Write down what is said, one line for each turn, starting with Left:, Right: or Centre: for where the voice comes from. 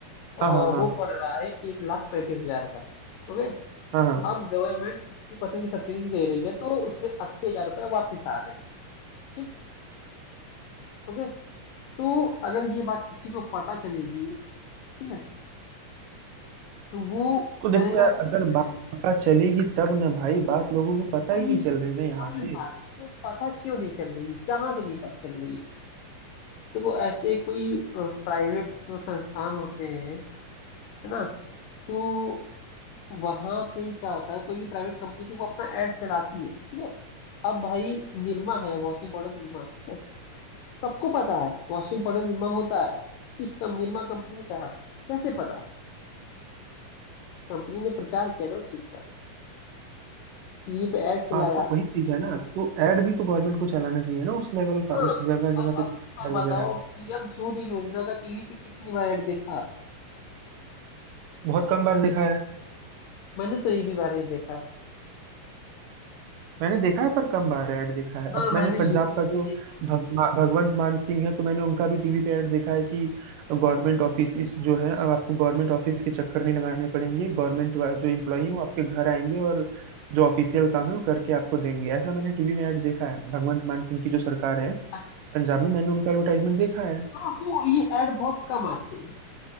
Right: हाँ
Left: और
Right: हाँ हाँ
Left: वो पड़ रहा है एक लाख पैंतीस हजार का ओके
Right: हाँ हाँ
Left: अब गवर्नमेंट सिक्सटी परसेंट की सब्सिडी दे रही है तो उसमें अस्सी हजार रुपये वापिस आ रहे हैं ठीक ओके तो अगर ये बात किसी को पता चलेगी ठीक है तो वो
Right: तो देखो
Left: करेगा
Right: यार
Left: कि
Right: अगर बात
Left: नहीं
Right: पता चलेगी तब ना भाई बात लोगों को पता
Left: वही
Right: ही नहीं चल रही ना यहाँ
Left: वही
Right: पे
Left: बात तो पता क्यों नहीं चल रही है कहाँ से नहीं पता चल रही है देखो ऐसे कोई प्राइवेट जो संस्थान होते हैं है ना तो वहां पे क्या होता है कोई भी प्राइवेट कंपनी थी वो अपना एड चलाती है ठीक है अब भाई निरमा है वॉशिंग पाउडर निरमा ठीक है सबको पता है वॉशिंग पाउडर निरमा होता है इस कम निरमा कंपनी का है कैसे पता कंपनी ने प्रचार किया ना उस चीज का टीवी पे एड चलाया
Right: हाँ तो वही चीज है ना तो एड भी तो गवर्नमेंट को चलाना चाहिए ना उस लेवल
Left: हाँ
Right: का उस जगह
Left: अब
Right: जगह पे
Left: अब
Right: banner
Left: अब बताओ
Right: वगैरह
Left: पीएम सूर्य योजना का टीवी पे कितनी बार ऐड देखा आपने
Right: बहुत कम बार देखा है
Left: मैंने तो एक भी बार नहीं देखा
Right: मैंने देखा है पर कम बार ऐड देखा है
Left: ना
Right: अब
Left: मैंने
Right: मैंने
Left: यूट्यूब
Right: पंजाब का जो
Left: पे देखा
Right: भग, मा- भगवंत मान सिंह है तो मैंने उनका भी टीवी पे ऐड देखा है कि गवर्नमेंट ऑफिस जो है अब आपको गवर्नमेंट ऑफिस के चक्कर नहीं लगाने पड़ेंगे गवर्नमेंट जो एम्प्लॉई हैं वो आपके घर आएंगे और जो ऑफिशियल काम है वो करके आपको देंगे ऐसा मैंने टीवी में ऐड देखा है भगवंत मान सिंह की जो सरकार है
Left: अच्छा अच्छा
Right: पंजाब में मैंने उनका एडवर्टाइजमेंट देखा है
Left: हाँ तो ये ऐड बहुत कम आते हैं